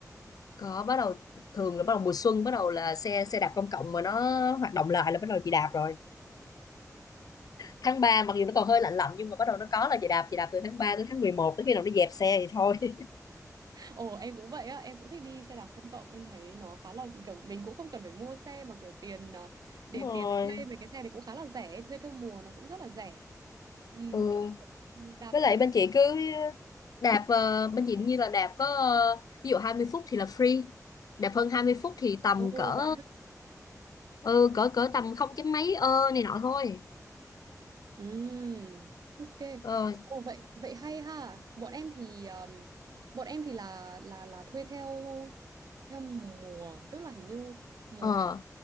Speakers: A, on the left; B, on the right.
A: có bắt đầu thường là bắt đầu mùa xuân bắt đầu là xe xe đạp công cộng mà nó hoạt động lại là bắt đầu chị đạp rồi tháng ba mặc dù nó còn hơi lạnh lạnh nhưng mà bắt đầu nó có là chị đạp chị đạp từ tháng 3 đến tháng mười một tới khi nào nó dẹp xe thì thôi <laughs>
B: ồ em cũng vậy á em cũng thích đi xe đạp công cộng em thấy nó khá là kiểu mình cũng không cần phải mua xe mà kiểu tiền ờ, để
A: đúng rồi
B: tiền để thuê mấy cái xe đấy cũng khá là rẻ thuê theo mùa nó cũng rất là rẻ ừ,
A: ừ
B: đạp
A: với
B: xe
A: lại bên chị cứ đạp ờ, bên chị như là đạp có ờ, ví dụ 20 phút thì là free đạp hơn 20 phút thì tầm
B: Ồ
A: cỡ
B: vậy
A: ừ, cỡ cỡ tầm không chấm mấy ơ này nọ thôi
B: Ừm, ok.
A: ờ
B: Ồ vậy vậy hay ha. Bọn em thì um, bọn em thì là là là thuê theo theo mùa, tức là hình như mùa
A: ờ
B: hè